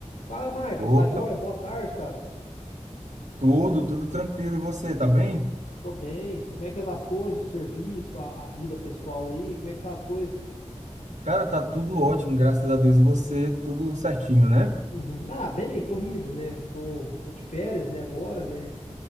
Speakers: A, on the left; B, on the right.
A: Fala, Marco, tá
B: Opa,
A: joia? Boa tarde, cara.
B: tudo, tudo tranquilo. E você, tá bem?
A: Tô bem. Como é que anda as coisas? O serviço, a, a vida pessoal aí? Como é que tá as coisas?
B: Cara, tá tudo ótimo, graças a Deus. E você, tudo certinho, né?
A: Uhum. Ah, bem, corrido, né? Tô, tô de férias, né, agora, né?